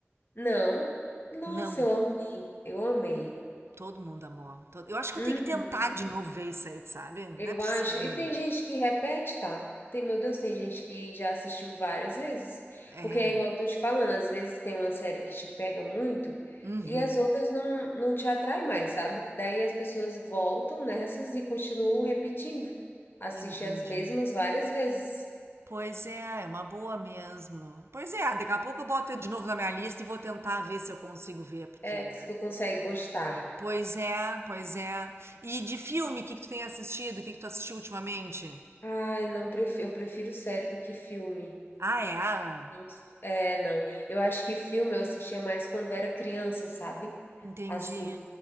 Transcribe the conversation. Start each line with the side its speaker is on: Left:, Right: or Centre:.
Left: Não. Nossa,
Right: Não.
Left: eu amei. Eu amei.
Right: Todo mundo amou. Todo- Eu acho que
Left: Uhum.
Right: eu tenho que tentar de novo ver isso aí, sabe? Não
Left: Eu
Right: é possível
Left: acho. E tem
Right: mesmo.
Left: gente que repete, tá? Tem, meu Deus, tem gente que já assistiu várias vezes.
Right: É.
Left: Porque é igual eu tô te falando, às vezes tem uma série que te pega muito
Right: Uhum.
Left: e as outras não, não te atrai mais, sabe? Daí as pessoas voltam nessas e continuam repetindo. Assiste
Right: Entendi.
Left: as mesmas várias vezes.
Right: Pois é, é uma boa mesmo. Pois é, daqui a pouco eu boto de novo na minha lista e vou tentar ver se eu consigo ver, porque.
Left: É que se tu consegue gostar.
Right: Pois é, pois é. E de filme, o que que tu tem assistido? O que que tu assistiu ultimamente?
Left: Ai, não, prefiro, eu prefiro série do que filme.
Right: Ah, é? Ah,
Left: Não sou- É, não. Eu acho que filme eu assistia mais quando era criança, sabe?
Right: entendi.
Left: Assim.